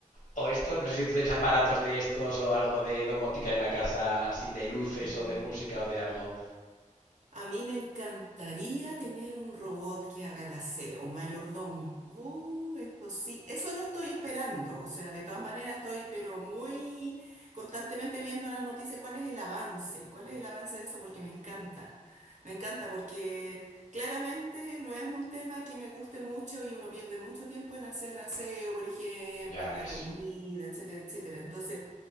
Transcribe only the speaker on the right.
No,
A mí me encantaría tener un robot que haga el aseo, un mayordomo. Uh, eso sí, eso lo estoy esperando. O sea, de todas maneras estoy, pero muy constantemente viendo las noticias, cuál es el avance, cuál es el avance de eso, porque me encanta. Me encanta porque claramente no es un tema que me guste mucho y uno pierde mucho tiempo en hacer aseo, por ejemplo,
y que
la comida, etcétera, etcétera. Entonces,